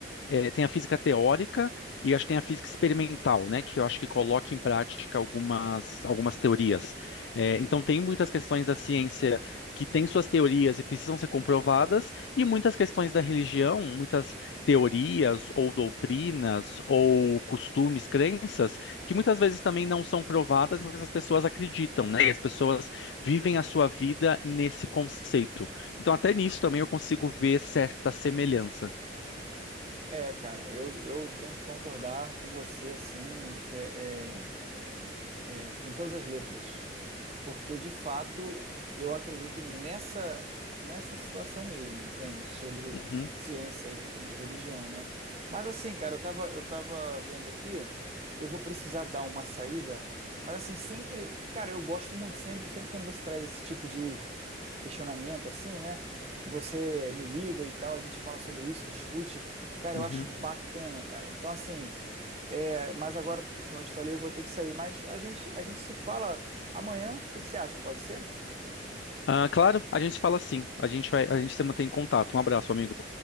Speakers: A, on the left; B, on the right.
A: é, tem a física teórica e acho que tem a física experimental, né, que eu acho que coloca em prática algumas, algumas teorias. É, então, tem muitas questões da ciência que têm suas teorias e precisam ser comprovadas, e muitas questões da religião, muitas teorias ou doutrinas ou costumes, crenças, que muitas vezes também não são provadas, mas as pessoas acreditam, né, e as pessoas vivem a sua vida nesse conceito. Então, até nisso também eu consigo ver certa semelhança.
B: é, cara, eu, eu tenho que concordar com você, assim, é, é, é, com todas as letras. porque de fato eu acredito nessa nessa situação mesmo, entende? Sobre
A: Uhum,
B: ciência e, e religião, né? Mas assim, cara, eu tava eu tava vendo aqui, eu vou precisar dar uma saída, mas assim, sempre, cara, eu gosto muito sempre sempre quando você traz esse tipo de questionamento assim, né? Você me liga e tal, a gente fala sobre isso, discute. Cara,
A: uhum.
B: eu acho bacana, cara. Então, assim, é, mas agora, como eu te falei, eu vou ter que sair. Mas a gente, a gente se fala amanhã. O que que você acha? Pode ser?
A: Ah, claro, a gente fala sim. A gente vai, a gente se mantém em contato. Um abraço, amigo.